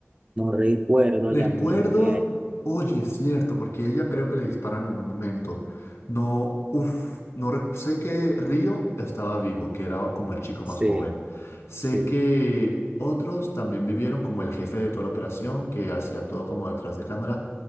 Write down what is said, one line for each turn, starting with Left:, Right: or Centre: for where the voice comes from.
Right: No recuerdo
Left: Recuerdo,
Right: ya muy bien.
Left: oye, es cierto, porque ella creo que le disparan en un momento. No, uff, no rec- sé que Río estaba vivo, que era como el chico
Right: Sí,
Left: más joven. Sé
Right: sí.
Left: que otros también vivieron como el jefe de toda la operación, que hacía todo como detrás de cámara,